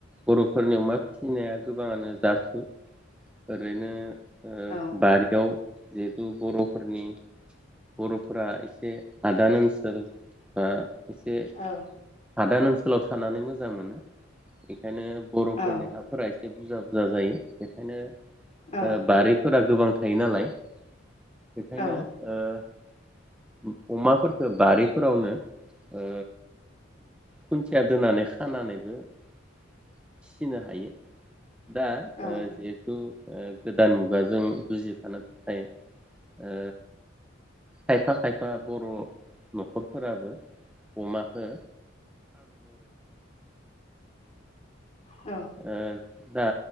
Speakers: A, in the centre; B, on the left (about 35°).
A: बरफोरनि अमा फिसिनाया गोबाङानो जाफ जुफ ओरैनो ओ
B: औ
A: बारियाव जिहेतु बरफोरनि बरफोरा एसे हादान ओनसोल बा एसे
B: औ
A: हादान स्कुलाव थानानै मोजां मोनो बेखायनो बरफोरनि
B: औ
A: हाफोरा बुरजा बुरजा जायो बेखायनो
B: औ
A: ओ बारिफोरा गोबां थायो नालाय बेखायनो
B: औ
A: ओ अमाफोरफोरखौ बारिफोरावनो ओ खुन्थिया दोनानै खानानैबो फिसिनो हायो दा
B: औ
A: ओ जिहेथु ओ गोदान मुगाजों जुजिफानांगौ जायो। ओ खायफा खायफा बर न'खरफोराबो अमाखो
B: औ
A: ओ दा